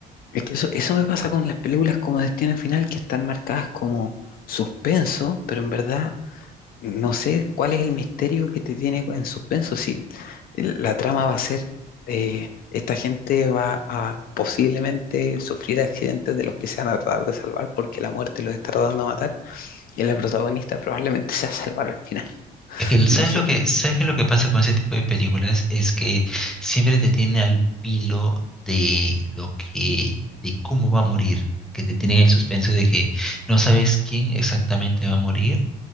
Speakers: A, on the left; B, in the centre.
A: Es que eso, eso me pasa con las películas como Destino Final que están marcadas como suspenso, pero en verdad no sé cuál es el misterio que te tiene en suspenso, si el- la trama va a ser, eh, esta gente va a posiblemente sufrir accidentes de los que se van a tratar de salvar porque la muerte los está tratando de matar y la protagonista probablemente <laughs> se va a salvar al final,
B: Es que, ¿sabes
A: no sé,
B: lo que, sabes qué lo que pasa con ese tipo de películas? Es que siempre te tienen al pilo de lo que, de cómo va a morir, que te tienen el suspenso de que no sabes quién exactamente va a morir